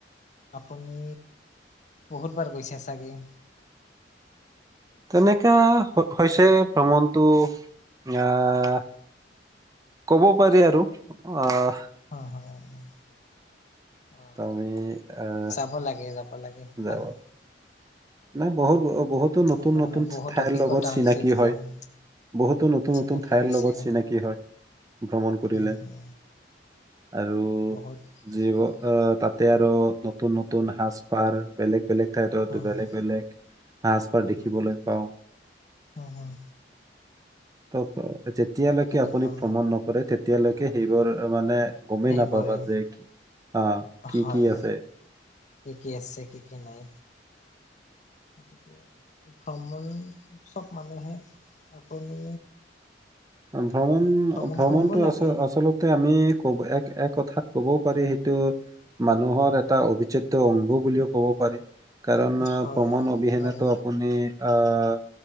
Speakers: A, on the left (about 40°); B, on the right (about 20°).
A: আপুনি বহুত বাৰ গৈছে আছে। তাকেই।
B: তেনেকা হৈছে ভ্ৰমণটো আহ ক'ব পাৰি আৰু আহ
A: অ, হয় হয়। অ
B: তুমি আহ
A: যাব লাগে, যাব লাগে ভাল।
B: যাবা নাই বহুত দো বহুতো নতুন
A: আপোনাৰ
B: নতুন
A: বহুত
B: ঠাইৰ
A: অভিজ্ঞতা
B: লগত চিনাকি
A: হৈছে কিজানি
B: হয়। বহুতো নতুন
A: চিনাকি
B: নতুন ঠাইৰ
A: হৈছে
B: লগত চিনাকি হয়, ভ্ৰমণ কৰিলে।
A: উম হম
B: আৰু
A: বহুত
B: জীৱ
A: মানে
B: তাতে আৰু নতুন সাজ-পাৰ বেলেগ-বেলেগ তেহেঁতৰটো
A: হুম
B: বেলেগ-বেলেগ
A: হুম
B: সাজ-পাৰ
A: হুম
B: দেখিবলৈ
A: হুম
B: পাও।
A: হুম হুম
B: ত ক যেতিয়ালৈকে
A: তেনেকুৱা
B: আপুনি ভ্ৰমণ নকৰে তেত এতিয়ালৈকে সেইবোৰ মানে গমেই
A: সেইবোৰে
B: নাপাবা যে কি আহ কি
A: হয়,
B: কি আছে
A: কি কি আছে কি কি নাই, গতিকে ভ্ৰমণ চব মানুহে আপুনি
B: উম। ভ্ৰমণ
A: ভ্ৰমণ
B: ভ্ৰমণটো
A: কৰিব লাগে
B: আচ' আচলতে আমি কব এক এক কথাত কবও পাৰি সেইটো মানুহৰ এটা অবিচ্ছেদ্য অংগ বুলিও ক'ব পাৰি কাৰণ
A: হয়
B: ভ্ৰমণ অবিহনেতো
A: হয়
B: আপুনি আহ